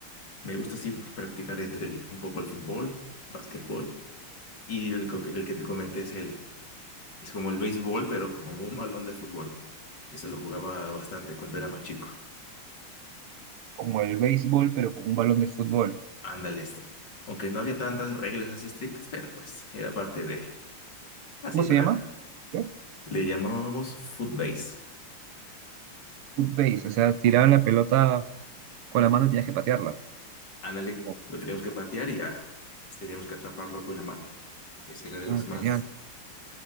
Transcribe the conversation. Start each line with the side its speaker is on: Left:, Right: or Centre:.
Left: Me gusta así practicar entre el- un poco el fútbol, básquetbol y el, co- el que te comenté es el, es como el béisbol, pero con un balón de fútbol. Eso lo jugaba bastante cuando era más chico.
Right: como el béisbol, pero con un balón de fútbol.
Left: Ándale. esto. Aunque no había tantas reglas así estrictas, pero pues era parte de, así
Right: ¿Cómo
Left: para,
Right: se llama? ¿Qué?
Left: le llamábamos footbase.
Right: Foot base, o sea, tiraban la pelota con la mano y tenías que patearla.
Left: Ándale,
Right: Oh,
Left: lo teníamos que patear y ya teníamos que atraparlo con la mano. Ese era de los
Right: ah,
Left: más.
Right: genial.